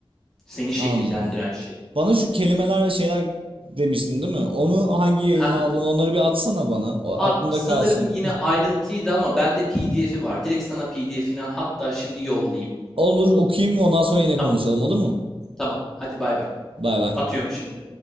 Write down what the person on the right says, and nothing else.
Anladım.
Bana şu kelimeler ve şeyler demiştin değil mi? Onu hangi yayınla
aldın? Onları bir atsana bana. O aklımda
kalsın.
Olur okuyayım ondan sonra yine
konuşalım olur mu?
Bay bay.